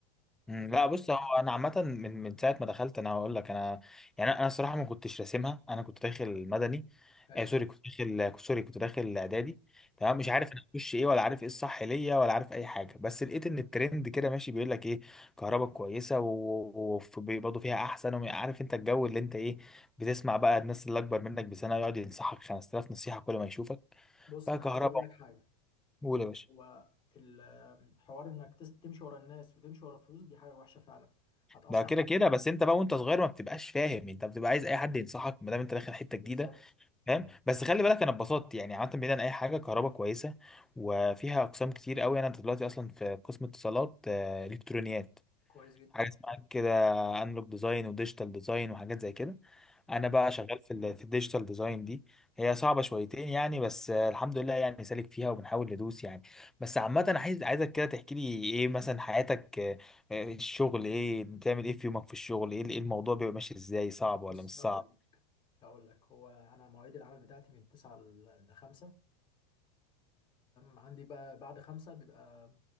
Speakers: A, in the centre; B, on the left.
A: مم،
B: آه،
A: لا بص هو انا عامه من من ساعه ما دخلت انا هقول لك انا يعني انا الصراحه ما كنتش راسمها انا كنت داخل مدني
B: حلو
A: آه سوري كنت داخل سوري كنت داخل اعدادي تمام
B: اه
A: مش عارف انا هخش ايه ولا عارف ايه الصح ليا ولا عارف اي حاجه بس لقيت ان الترند كده ماشي بيقول لك ايه كهرباء كويسه وبرضه فيها احسن وعارف انت الجو اللي انت ايه بتسمع بقى الناس اللي اكبر منك بسنه يقعد ينصحك 5000 نصيحه كل ما يشوفك
B: بص
A: بقى
B: انا
A: كهرباء
B: عايز اقول لك حاجه
A: قول يا باشا
B: هو الحوار انك تس- تمشي ورا الناس وتمشي ورا فلوس دي حاجه وحشه فعلا هتاثر
A: ده كده
B: عليك
A: كده بس انت بقى وانت صغير ما بتبقاش فاهم انت بتبقى عايز اي حد ينصحك ما دام انت داخل حته
B: بالظبط
A: جديده فاهم بس خلي بالك انا اتبسطت يعني عامه بعيدا عن اي حاجه كهرباء كويسه وفيها اقسام كتير قوي انا دلوقتي اصلا في قسم اتصالات آه، الكترونيات
B: كويس جدا
A: حاجه اسمها كده انلوج ديزاين وديجيتال ديزاين وحاجات زي كده
B: كويس
A: انا بقى شغال في ال- في الديجيتال ديزاين دي هي صعبه شويتين يعني بس آه، الحمد لله يعني سالك فيها وبنحاول ندوس يعني بس عامه انا عايز عايزك كده تحكي لي ايه مثلا حياتك آه، آه، الشغل ايه بتعمل ايه في يومك في الشغل ايه إيه الموضوع بيبقى ماشي ازاي صعب
B: بص
A: ولا مش
B: هقول
A: صعب
B: لك هقول لك هو انا مواعيد العمل بتاعتي من 9 ل 5 عندي بقى بعد 5 بيبقى